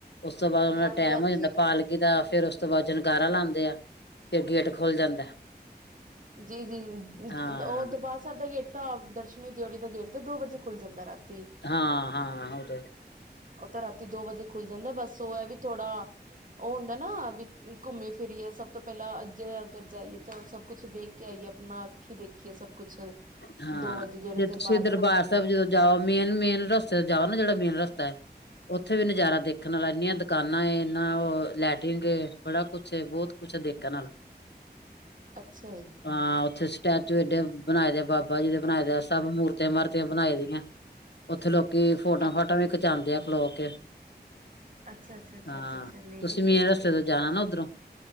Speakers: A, on the left; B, on the right.
A: ਉਸ ਤੋਂ ਬਾਅਦ ਉਹਨਾਂ
B: ਹਾਂਜੀ
A: ਦਾ ਟਾਈਮ
B: ਹਾਂਜੀ
A: ਹੋ ਜਾਂਦਾ ਪਾਲਕੀ ਦਾ ਫ਼ੇਰ ਉਸ ਤੋਂ ਬਾਅਦ- ਜਨਕਾਰਾ ਲਾਂਦੇ ਆ- ਫਿਰ ਗੇਟ ਖੋਲ ਜਾਂਦਾ-
B: ਜੀ ਜੀ ਉਹ
A: ਹਾਂ
B: ਦਰਬਾਰ ਸਾਹਿਬ ਦਾ ਗੇਟ- ਤਾਂ ਦਰਸ਼ਨੀ ਦਿਓੜੀ ਦਾ ਗੇਟ ਤੋਂ ਦੋ ਵਜੇ ਖੁੱਲ ਜਾਂਦਾ ਰਾਤ-
A: ਹਾਂ ਹਾਂ <unintelligible>
B: ਉਹ ਤਾਂ ਰਾਤੀ ਦੋ ਵਜੇ ਖੁੱਲ ਜਾਂਦਾ ਬਸ ਉਹ ਹੈ ਵੀ ਥੋੜਾ ਉਹ ਹੁੰਦਾ ਨਾ ਵੀ ਘੁੰਮੀ ਫਿਰੀਏ ਸਭ ਤੋਂ ਪਹਿਲਾਂ- ਜੇ ਅਗਰ ਜਾਈਏ ਤਾਂ ਸਭ ਕੁਛ ਦੇਖ ਕੇ ਆਈਏ ਆਪਣਾ ਅੱਖੀ ਦੇਖੀਏ ਸਭ- ਕੁਛ
A: ਹਾਂ
B: ਦੋ ਵਜੇ ਜਿਹੜੇ
A: ਜੇ ਤੁਸੀਂ ਦਰਬਾਰ
B: ਖੁੱਲਦੇ ਨੇ
A: ਸਾਹਿਬ ਜਦੋਂ ਜਾਓ ਮੇਨ ਮੇਨ ਰਸਤੇ ਜਾਓ ਨਾ ਜਿਹੜਾ ਮੇਨ ਰਸ- ਤਾ ਉੱਥੇ ਵੀ ਨਜ਼ਾਰਾ ਦੇਖਣ ਵਾਲਾ ਇੰਨੀਆਂ ਦੁਕਾਨਾਂ ਇਨਾ ਉਹ ਲੈਟਰਿੰਗ ਏ ਬੜਾ ਕੁਛ ਬਹੁਤ ਕੁਛ ਦੇਖਣ ਆਲਾ-
B: ਅੱਛਾ ਜੀ
A: ਹਾਂ ਉੱਥੇ ਸਟੈਚੂ ਏਡੇ- ਬਾਬਾ ਜੀ ਦੇ ਬਣਾਏ ਦੇ ਆ ਸਭ ਮੂਰਤੀਆਂ ਮਾਰਤੀਆਂ ਬਨਾਈ ਦੀਐ ਉੱਥੇ ਲੋ ਤੇ ਫੋਟੋ
B: ਅੱਛਾ
A: ਫਾਟਆ ਵੀ ਖਿਚਾਂਦੇ ਆ ਖਲੋ ਕੇ।
B: ਅੱਛਾ ਅੱਛਾ
A: ਹਾਂ,
B: ਅੱਛਾ ਅੱਛਾ ਨਹੀਂ
A: ਤੁਸੀਂ
B: ਨਹੀਂ ਸਹੀ
A: ਵੀ ਏ ਰਸਤੇ
B: ਹੈ
A: ਤੋਂ ਜਾਨਾ ਨਾ ਉੱਧਰੋਂ,